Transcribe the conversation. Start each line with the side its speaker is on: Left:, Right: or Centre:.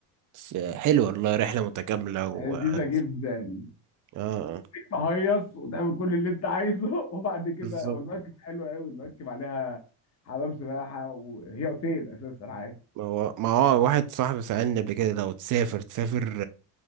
Right: بس حلوة والله رحلة متكاملة و
Left: يعني
Right: اه
Left: لذيذه جدا
Right: آه.
Left: تهيص وتعمل كل اللي انت عايزه <laughs> وبعد كده
Right: بالظبط
Left: والمركب حلوه قوي المركب عليها حمام سباحه وهي اوتيل اساسا عادي
Right: ما هو ما هو واحد صاحبي سألني قبل كده لو تسافر تسافر